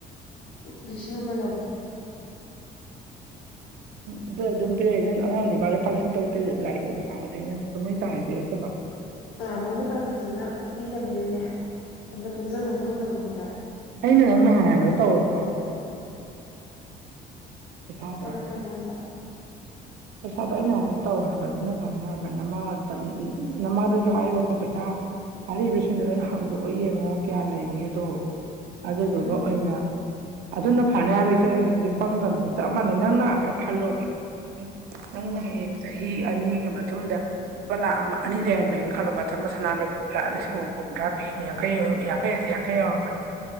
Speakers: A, on the left; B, on the right.
A: ꯂꯤꯁꯤꯡ ꯑꯃ ꯂꯧꯏ
B: ꯎꯝꯗ ꯑꯗꯨꯝ ꯄꯤꯔꯛꯏ ꯅꯪ ꯑꯉꯥꯡ ꯅꯨ ꯅꯤꯄꯥ ꯂꯨꯄꯥ ꯂꯤꯁꯤꯡ ꯇꯧꯔꯛꯇ꯭ꯔ ꯂꯥꯛꯏꯅꯦꯕ ꯁꯥꯡꯕꯗꯒꯤ ꯅ ꯑꯗꯨꯃꯩ ꯆꯥꯡꯅ ꯄꯤꯔꯛꯇꯕ
A: ꯑꯥ ꯃꯪ ꯃꯇꯥꯡ ꯐꯖꯅ ꯄꯤꯗꯕꯅꯤꯅꯅꯦ ꯑꯃ ꯇꯨꯡꯁꯤꯟꯐꯝꯝ ꯈꯪꯗꯕꯗꯣ ꯈꯪꯕ꯭ꯔꯥ
B: ꯑꯩꯅ ꯅꯪ ꯅꯍꯥꯟ ꯍꯥꯏꯕꯗꯥ ꯇꯧꯔꯕ ꯄꯩꯁꯥꯗꯣ
A: ꯀꯔꯝꯝꯕꯅ ꯍꯥꯏꯖ
B: ꯄꯩꯁꯥꯗꯣ ꯑꯩꯅ ꯍꯥꯏꯕꯗ ꯇꯧ ꯍꯥꯏꯕ ꯑꯗꯨꯅ ꯐꯅ ꯍꯥꯏꯕ ꯅꯃꯥ ꯅꯃꯥꯗꯁꯨ ꯍꯥꯏꯌꯣ ꯄꯩꯁꯥ ꯍꯥꯏꯔꯤꯕꯁꯤꯡꯗꯣ ꯂꯣꯏꯅ ꯍꯥꯡꯗꯣꯛꯑꯣ ꯌꯦꯡꯉꯣ ꯀꯌꯥ ꯂꯩꯒꯦꯗꯣ ꯑꯗꯨꯗꯨꯒ
A: ꯎꯝ
B: ꯑꯣꯏꯅ ꯑꯗꯨꯅ ꯐꯅꯤ ꯍꯥꯏꯕ ꯏꯆꯦ ꯉꯥꯏꯁꯦ ꯄꯪꯒꯅꯨ ꯆꯞ ꯃꯥꯟꯅꯩ ꯅꯪꯅ ꯈꯜꯂꯣꯕ ꯅꯪꯅ ꯍꯌꯦꯡ ꯆꯍꯤ ꯑꯅꯤꯒꯤ ꯃꯇꯨꯡꯗ ꯂꯨꯄꯥ ꯂꯥꯛ ꯑꯃ ꯑꯅꯤ ꯂꯩꯔꯝꯃꯦꯅ ꯈꯜꯂꯣ ꯃꯇꯝꯗ ꯁꯅꯥ ꯂꯨ ꯂꯥꯛ ꯂꯤꯁꯤꯡ ꯑꯃꯨꯝ ꯍꯨꯝꯗ꯭ꯔꯥ ꯄꯤ ꯌꯥꯡꯈꯩ ꯌꯥꯡꯈꯩ ꯑꯁꯤ ꯌꯥꯡꯈꯩ ꯌꯥꯎꯔꯕꯅꯦ